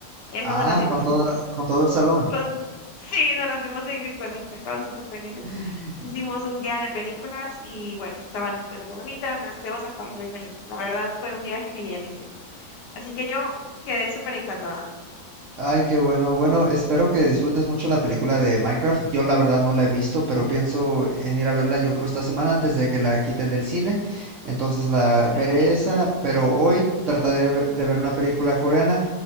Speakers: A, on the left; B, on the right.
A: Es
B: Ah,
A: cuando las vimos
B: con toda,
A: juntos.
B: con todo el salón.
A: Con... Sí, nos las vimos en el colegio, estaban súper felices.
B: <laughs>
A: Hicimos un día de películas y bueno, estaban comiendo palomitas, gaseosas, estaban muy felices. La verdad fue un día genialísimo. Así que yo quedé súper encantada.
B: Ay, qué bueno. Bueno, espero que disfrutes mucho la película de Minecraft. Yo la verdad no la he visto, pero pienso en ir a verla yo creo esta semana antes de que la quiten del cine. Entonces la veré
A: Dale,
B: esa, pero hoy trataré de, ve- de ver una película coreana